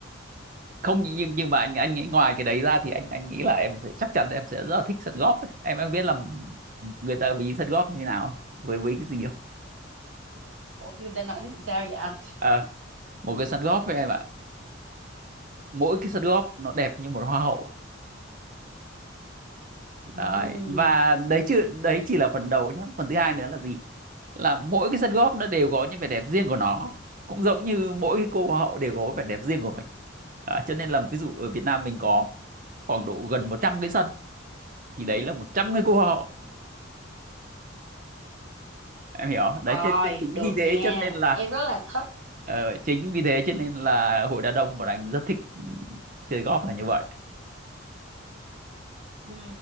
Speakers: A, on the right; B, on the right.
A: không nhưng nhưng mà anh anh nghĩ ngoài cái đấy ra thì anh anh nghĩ là em sẽ chắc chắn em sẽ rất là thích sân golf ấy. em em biết là người ta ví sân golf như thế nào với với cái gì không
B: Ủa, người ta nói sao vậy anh
A: Ờ, một cái sân golf với em ạ mỗi cái sân golf nó đẹp như một hoa hậu
B: ừ.
A: Đấy. Và đấy chứ đấy chỉ là phần đầu nhé Phần thứ hai nữa là gì? Là mỗi cái sân góp nó đều có những vẻ đẹp riêng của nó. Cũng giống như mỗi cái cô hoa hậu đều có vẻ đẹp riêng của mình. Đó, cho nên là ví dụ ở Việt Nam mình có khoảng độ gần 100 cái sân thì đấy là 100 cái cô hoa hậu. Em hiểu? không? Đấy
B: Rồi,
A: cho- cho chính
B: được
A: vì thế
B: nha.
A: cho nên là
B: Em rất là thích
A: ờ, chính vì thế cho nên là hội đa đông của anh rất thích ừ, chơi golf là như vậy.
B: Ừ.